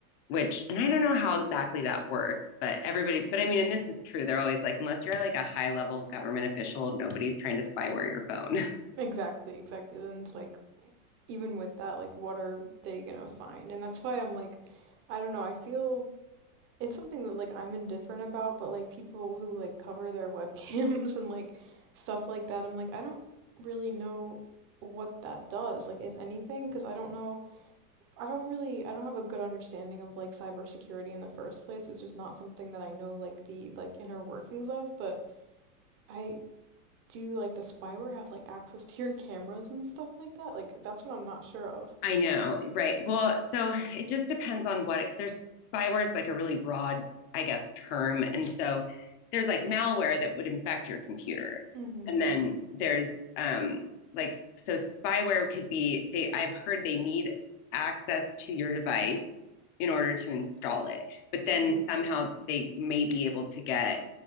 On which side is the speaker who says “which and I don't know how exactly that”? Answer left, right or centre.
Left